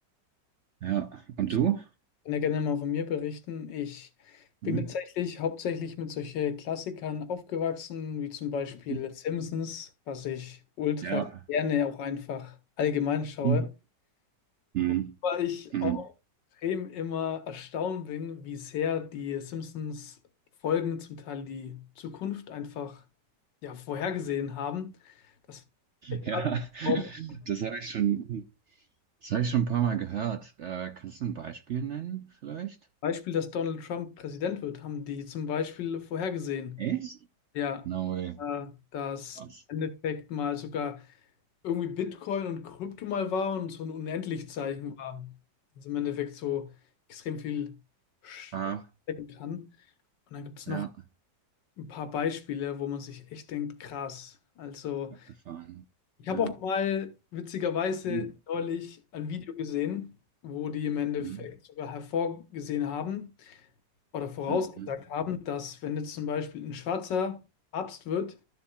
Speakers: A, on the right; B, on the left.
A: Ja. Und
B: Ich
A: du?
B: kann ja gerne mal von mir berichten. Ich bin
A: Mhm.
B: tatsächlich hauptsächlich mit solchen Klassikern aufgewachsen, wie zum Beispiel
A: Mhm.
B: Simpsons, was ich ultra
A: Ja.
B: gerne auch einfach allgemein schaue.
A: Mhm. Mhm.
B: Wobei ich
A: Mhm.
B: auch extrem immer erstaunt bin, wie sehr die Simpsons-Folgen zum Teil die Zukunft einfach ja, vorhergesehen haben. Das <laughs> gerade
A: Ja, <laughs>
B: auch
A: das habe ich schon, das habe ich schon ein paar Mal gehört. Äh, kannst du ein Beispiel nennen, vielleicht?
B: Beispiel, dass Donald Trump Präsident wird, haben die zum Beispiel vorhergesehen.
A: Echt?
B: Ja,
A: No way.
B: äh, dass
A: Krass.
B: im Endeffekt mal sogar irgendwie Bitcoin und Krypto mal war und so ein Unendlichzeichen war. Also im Endeffekt so extrem viel stecken
A: Ah,
B: kann. Und dann gibt es
A: ja,
B: noch ein paar Beispiele, wo man sich echt denkt, krass. Also,
A: abgefahren.
B: ich habe
A: Ja.
B: auch mal witzigerweise
A: Mhm.
B: neulich ein Video gesehen, wo die im Endeffekt
A: Mhm.
B: sogar hervorgesehen haben oder vorausgesagt
A: Mhm.
B: haben, dass wenn jetzt zum Beispiel ein schwarzer Papst wird,